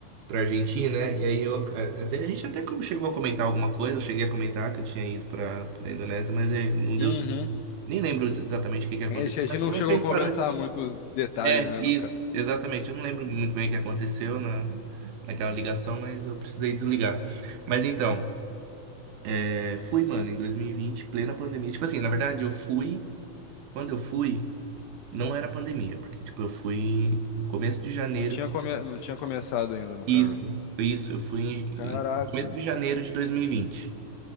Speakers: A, on the right (about 75°); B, on the left (about 75°).
A: para Argentina, né? E aí eu a-
B: Isso.
A: até a gente até que chegou a comentar alguma coisa, eu cheguei a comentar que eu tinha ido para para Indonésia, mas eh, não deu,
B: Uhum.
A: nem lembro exatamente o que que aconteceu.
B: A gente a
A: Mas
B: gente não
A: também
B: chegou
A: a
B: a
A: gente
B: conversar
A: parou de
B: muito os detalhes,
A: É,
B: né,
A: isso,
B: no caso.
A: exatamente. Eu não lembro muito bem o que aconteceu na, naquela ligação, mas eu precisei desligar. Mas então, é, fui, mano, em 2020, plena pandemia. Tipo assim, na verdade, eu fui. Quando eu fui, não era pandemia, porque, tipo, eu fui no começo de janeiro.
B: Não tinha, come... não tinha começado ainda, no
A: Isso,
B: caso.
A: isso. Eu fui em,
B: Caraca.
A: em começo de janeiro de 2020.